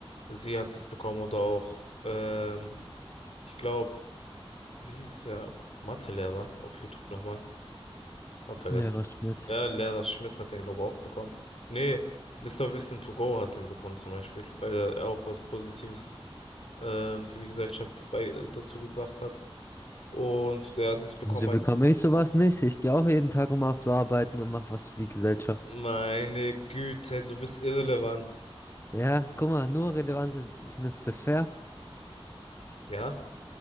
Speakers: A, on the left; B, on the left.
A: Sie hat es bekommen oder auch, ähm, ich glaube, wie hieß der Mathelehrer auf YouTube nochmal? Hab vergessen.
B: Lehrer Schmidt.
A: Ja, Lehrer Schmidt hat den, glaube ich, auch bekommen. Nee, Mister Wissen to go hat den bekommen zum Beispiel, weil er auch was Positives ähm, für die Gesellschaft bei, äh, dazu gebracht hat. Und der hat es bekommen
B: Wieso
A: halt,
B: bekomme ich sowas nicht? Ich gehe auch jeden Tag um 8 Uhr arbeiten und mache was für die Gesellschaft.
A: meine Güte, du bist irrelevant.
B: Ja, guck mal, nur relevante, findest du das fair?
A: Ja,